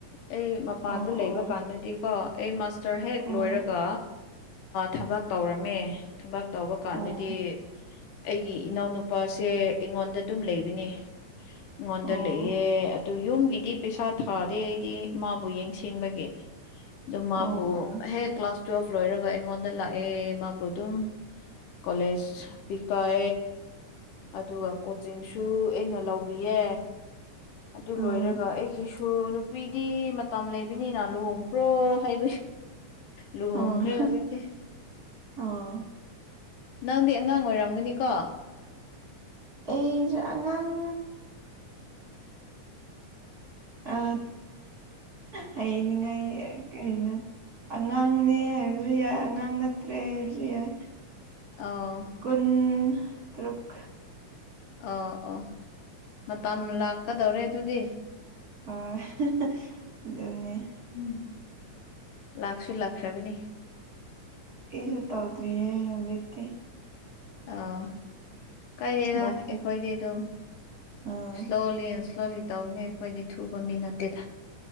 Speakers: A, on the left; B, on the right.
A: ꯑꯩ ꯃꯄꯥꯟꯗ
B: ꯑꯣ ꯑꯣ
A: ꯂꯩꯕ ꯀꯥꯟꯗꯗꯤꯀꯣ ꯑꯩꯁ ꯁꯔ ꯍꯦꯛ
B: ꯑꯣ
A: ꯂꯣꯏꯔꯒ ꯊꯕꯛ ꯇꯧꯔꯝꯃꯦ ꯊꯕꯛ ꯇꯧꯕ ꯀꯥꯟꯗꯗꯤ
B: ꯑꯣ
A: ꯑꯩꯒꯤ ꯏꯅꯥꯎꯅꯨꯄꯥꯁꯦ ꯑꯩꯉꯣꯟꯗ ꯑꯗꯨꯝ ꯂꯩꯕꯅꯤ ꯏꯣꯗ
B: ꯑꯣ
A: ꯂꯩ ꯑꯗꯨ ꯌꯨꯝꯒꯤꯗꯤ ꯄꯩꯁꯥ ꯊꯥꯗꯦ ꯑꯩꯗꯤ ꯃꯥꯕꯨ ꯌꯦꯡꯁꯤꯟꯕꯒꯤ ꯑꯗꯨ ꯃꯥꯕꯨ
B: ꯑꯣ ꯑꯣ
A: ꯍꯦꯛ ꯀ꯭ꯂꯥꯁ ꯇꯨꯋꯦꯜꯐ ꯂꯣꯏꯔꯒ ꯑꯩꯉꯣꯟꯗ ꯂꯥꯛꯑꯦ ꯃꯥꯕꯨ ꯑꯗꯨꯝ ꯀꯣꯂꯦꯖ ꯄꯤ ꯀꯑ ꯑꯗꯨꯒ ꯀꯣꯆꯤꯡꯁꯨ ꯑꯩꯅ ꯂꯧꯕꯤꯌꯦ ꯑꯗꯨ
B: ꯎꯝ
A: ꯂꯣꯏꯔꯒ ꯑꯩꯒꯤ ꯅꯨꯄꯤꯗꯤ ꯃꯇꯝ ꯂꯩꯕꯅꯤꯅ ꯂꯨꯍꯣꯡꯈ꯭ꯔꯣ ꯍꯥꯏꯕ ꯂꯨꯍꯣꯡꯈ꯭ꯔꯦ
B: ꯑꯣ
A: ꯍꯧꯖꯤꯛꯇꯤ
B: ꯑꯣ
A: ꯅꯪꯗꯤ ꯑꯉꯥꯡ ꯑꯣꯏꯔꯝꯒꯅꯤꯀꯣ
B: ꯑꯩ ꯑꯉꯥꯡ ꯑ ꯍꯅꯤꯡꯉꯥꯏ ꯀꯩꯅ ꯑꯉꯥꯡꯅꯦ ꯍꯥꯏꯕꯁꯨ ꯌꯥꯏ ꯑꯉꯥꯡ ꯅꯠꯇ꯭ꯔꯦ ꯍꯥꯏꯕꯁꯨ ꯌꯥꯏ
A: ꯑꯥ
B: ꯀꯨꯟ ꯇꯔꯨꯛ
A: ꯑ ꯑꯣꯥ ꯃꯇꯝ ꯂꯥꯛꯀꯗꯧꯔꯦ ꯑꯗꯨꯗꯤ
B: ꯍ ꯑꯗꯨ ꯑꯗꯨꯅꯤ
A: ꯎꯝ ꯂꯥꯛꯁꯨ ꯂꯥꯛꯈ꯭ꯔꯕꯅꯤ
B: ꯏꯁꯨ ꯇꯧꯗ꯭ꯔꯤꯌꯦ ꯍꯧꯖꯤꯛꯇꯤ
A: ꯑ ꯀꯩꯗꯔ
B: ꯊꯕꯛ
A: ꯑꯩꯈꯣꯏꯗꯤ ꯑꯗꯨꯝ
B: ꯑꯥ
A: ꯏꯁ꯭ꯂꯣꯜꯂꯤ ꯏꯁꯣ ꯇꯧꯅꯤ ꯑꯩꯈꯣꯏꯗꯤ ꯊꯨꯕ ꯃꯤ ꯅꯠꯇꯦꯗ